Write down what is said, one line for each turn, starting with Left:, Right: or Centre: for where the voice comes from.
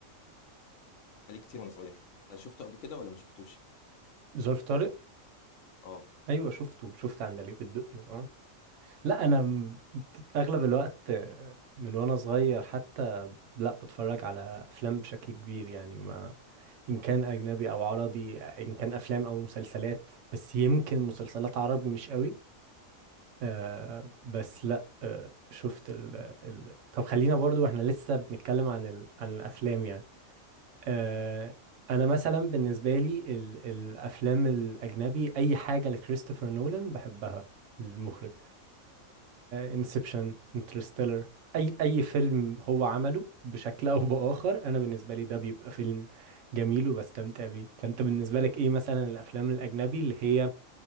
Left: عليه كتير وانا صغير شفته قبل كده ولا ما شفتوش
Right: ظرف طارق
Left: اه
Right: ايوه شفته شفت عندليب الدقي اه لا انا م- اغلب الوقت آه، من وانا صغير حتى لا بتفرج على افلام بشكل كبير يعني ما ان كان اجنبي او عربي ان كان افلام او مسلسلات بس يمكن مسلسلات عربي مش قوي آه بس لا آه شفت ال ال طب خلينا برضو احنا لسه بنتكلم عن ال عن الافلام يعني آه، انا مثلا بالنسبه لي ال- الافلام الاجنبي اي حاجه لكريستوفر نولان بحبها المخرج انسبشن انترستيلر اي اي فيلم هو عمله بشكل او باخر انا بالنسبه لي ده بيبقى فيلم جميل وبستمتع بيه فانت بالنسبه لك ايه مثلا الافلام الاجنبي اللي هي